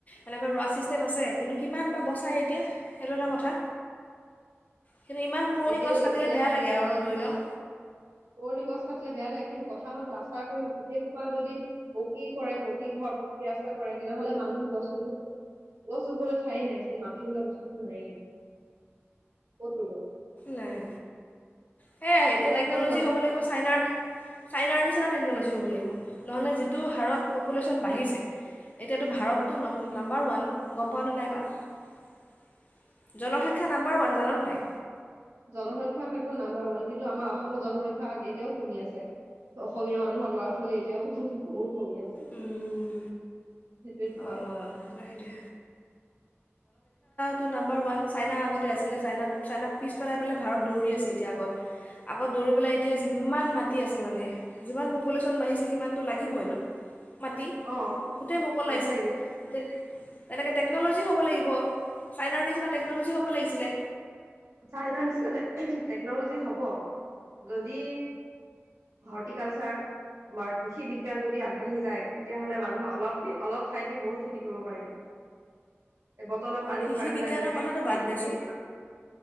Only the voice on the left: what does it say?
এনেকুৱা ৰোৱা ছিষ্টেম আছে কিন্তু কিমান বা বচাই এতিয়া সেইটো এটা কথা। কিন্তু ইমান পুৰণি
গছ
কাটিলে
বেয়া লাগে আৰু। ধৰি লওক
নাই। সেয়া এতিয়া
টেকনলজি
হ'ব লাগিব চাইনাৰ। চাইনাৰ নিচিনা টেকন'লজি হ'ব লাগিব। নহ'লে যিটো হাৰত পপুলেশ্যন বাঢ়িছে, এতিয়াতো ভাৰতটো নাম্বাৰ ওৱান গম পাও নে নাই। জনসংখ- জনসংখ্যা নাম্বাৰ ওৱান জানানে নাই?
উম
আ
সেইটোৱে টো নাম্বাৰ ওৱান চাইনা আগতে আছিলে চাইনাত চাইনাক পিছ পেলাই পেলাই ভাৰত দৌৰি আছে এতিয়া আগত। আগত দৌৰি পেলাই এতিয়া যিমান মাটি আছে মানে যিমান পপুলেশ্যন বাঢ়িছে সিমানতটো লাগিবই ন। মাটি
গোটেই মোকলাইছে
এতিয়া তেনেকে টেকনলজ জি হ'ব লাগিব চাইনাৰ নিচিনা টেকনলজি হ'ব লাগিছিলে।
কৃষি
বিজ্ঞানৰ
কথাটো বাদ দেচোন,